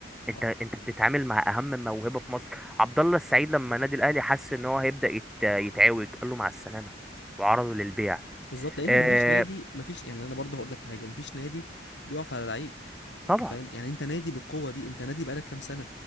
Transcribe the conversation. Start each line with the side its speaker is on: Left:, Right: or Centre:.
Centre: انت
Left: صح
Centre: انت بتتعامل مع اهم موهبه في مصر عبد الله السعيد لما نادي الاهلي حس ان هو هيبدا يت... يتعوج قال له مع السلامه وعرضه للبيع
Left: بالظبط لان
Centre: اه
Left: مفيش نادي مفيش يعني انا برضه هقول لك حاجه مفيش نادي بيقف على لعيب
Centre: طبعا
Left: انت فاهم يعني انت نادي بالقوه دي انت نادي بقالك كام سنه